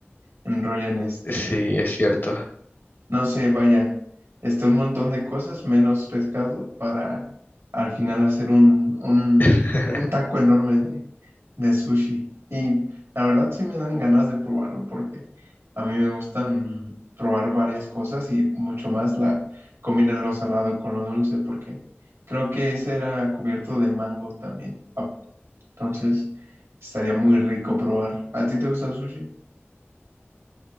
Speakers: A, on the right; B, on the left.
A: enrollan este,
B: Sí, es cierto.
A: no sé, vaya, este, un montón de cosas, menos pescado, para al final hacer un, un,
B: <laughs>
A: un taco enorme de, de sushi. Y la verdad sí me dan ganas de probarlo porque a mí me gustan probar varias cosas y mucho más la combinar lo salado con lo dulce porque creo que ese era cubierto de mango también. Ah, Entonces estaría muy rico probar. ¿A ti te gusta el sushi?